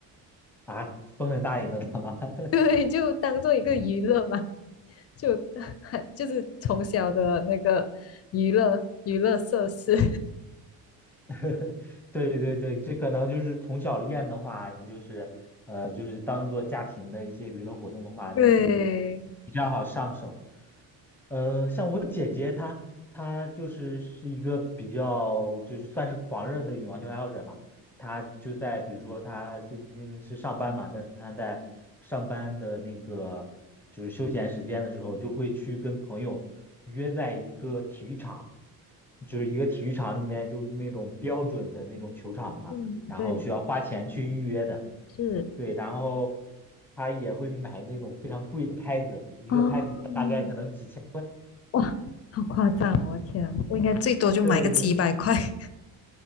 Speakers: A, in the centre; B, on the left.
A: 啊，风很大也能打吗？<laughs>
B: 对，就当做一个娱乐嘛，就 <laughs> 就是从小的那个娱乐娱乐设施。
A: <laughs> 对对对，这可能就是从小练的话，就是呃，就是当做家庭的一些娱乐活动的话，
B: <laughs>
A: 那就
B: 对，
A: 比较好上手。呃，像我姐姐她，她就是是一个比较就是算是狂热的羽毛球爱好者嘛。她就在比如说她最近是上班嘛，但是她在上班的那个就是休闲时间的时候，就会去跟朋友约在一个体育场，就是一个体育场里面就那种标准的那种球场嘛，
B: 嗯，
A: 然后需要花钱去预约的。
B: 对，是
A: 对，然后她也会买那种非常贵的拍子，一个拍子大概可能几千。
B: 哦，哇，好夸张哦我的天啊我应该最多就买个几百块。
A: 对对
B: <laughs>